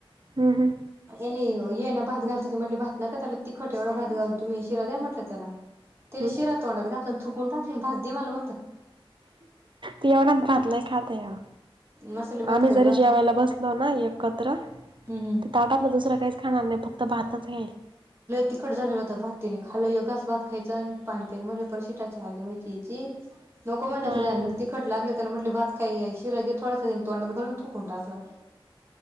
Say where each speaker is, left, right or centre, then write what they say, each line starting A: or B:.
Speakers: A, on the right; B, on the right.
A: हम्म हम्म
B: ए नाही ये ना भात घालतो ते म्हटले भात नका त्याला तिखट एवढा भात घाल तुम्ही शिरा द्या म्हटलं त्याला तेनी
A: हम्म
B: शिरा तोंडात घातला थकून टाकले भात दे मला म्हण
A: तीवणात भातलेय खात ह
B: मसाले भात
A: आम्ही
B: करेल
A: जरी
B: होता.
A: जेवायला बसलो ना एकत्र
B: हम्म हम्म
A: ताटातलं दुसरं काहीच खाणार नाही. फत भातच खाईल.
B: तिखट झालेला होता भात. तिन खाला एक घास भात खायचा आणि पाणी प्यायचा, म्हटलं <unintelligible> <unintelligible> ची नको म्हटलं
A: हा हा
B: मग तिखट लागलं. त्याला म्हटल भात खाये, शिरा घे थोडसा तोंडात घालून थुकून टाकला.